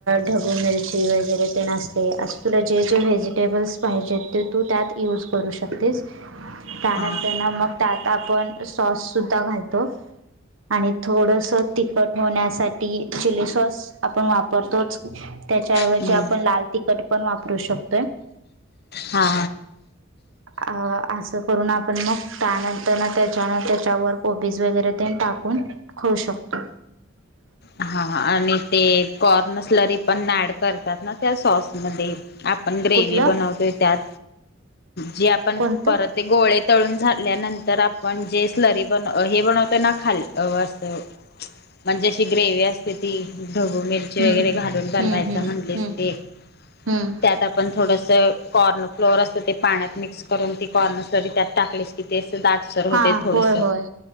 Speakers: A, on the right (about 75°); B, on the left (about 50°).
A: ढगू मिरची वगैरे तेन असतय. तुला जे जे व्हेजिटेबल्स पाहिजेत ते तू त्यात यूज करू शकतेस. त्यानंतर
B: हा
A: ना मग त्यात आपण सॉस सुद्धा घालतो आणि थोडस त ठवण्यासाठी चिली सॉस आपण वापरतोच. त्याच्याऐवजी
B: हम्म
A: आपण लाल तिखट पण वापरू शकतोय.
B: हा
A: अ असं करून आपण मग त्यानंतर त्याच्यान त्याच्यावर कोॉबीज वगैरे ते टाक खाऊ शकतो.
B: हा आणि ते कॉर्नसलरी पण ऍड करतात ना त्या सॉसमध्ये. आपण ग्रेव्ही
A: कुठलं
B: बनवतोय त्यात जे आपण
A: कोणतं
B: परत ते गोळे तळून झाल्यानंतर आपण जे स्लरी बन हे बनवतो ना खाल् अस म्हणजे अशी ग्रेवी असते ती ढबू मिरची
A: हम्म
B: वगैरे घालून बनवायचं
A: हम्म हम्म
B: म्हणलेस
A: हम्म
B: ते
A: हम्म
B: त्यात आपण थोडस कॉर्न फ्लोअर अस ते पाण्यात मिक्स करून ती कॉर्नरसरी त्यात टाकलीस की ते दाट सर होते
A: हा
B: थोडस
A: होय होय